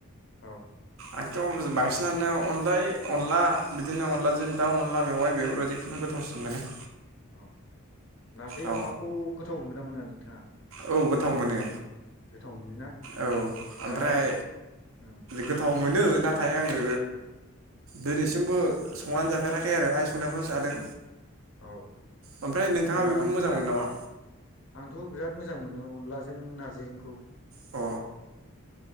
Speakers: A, on the left (about 65°); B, on the right (about 85°).
A: औ।
B: आंथ' बांसिनानो अनलाय अनला बिदिनो अनलाजों दाउ अनला मेवाइ बेफोरबायदिखौनो गोथावसिन मोनो।
A: औ नारजि
B: औ
A: अमाखौ गोथाव मोनगोन ना मोना नोंथाङा
B: औ गोथाव मोनो
A: गोथाव मोनोना?
B: औ
A: दा
B: ओमफ्राय
A: उम
B: गोथाव मोनो नाथाय आङो दोनैसिमबो संनानै जाफेराखै आरो आइ संनायखौ जादों।
A: औ होनबा
B: ओमफ्राय नोंथाङा बेखौनो
A: नोंथाङा
B: मोजां मोनो नामा
A: आंथ' बिराद मोजां मोनो अनलाजों नारजिजोंखौ।
B: अ।